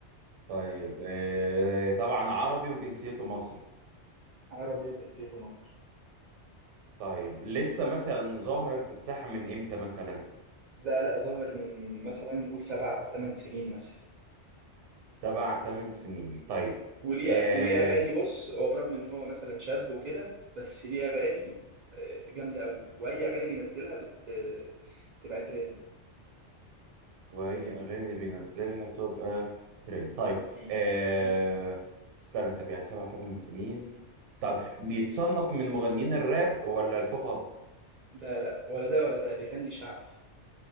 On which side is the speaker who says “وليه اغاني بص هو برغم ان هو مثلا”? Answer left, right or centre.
Right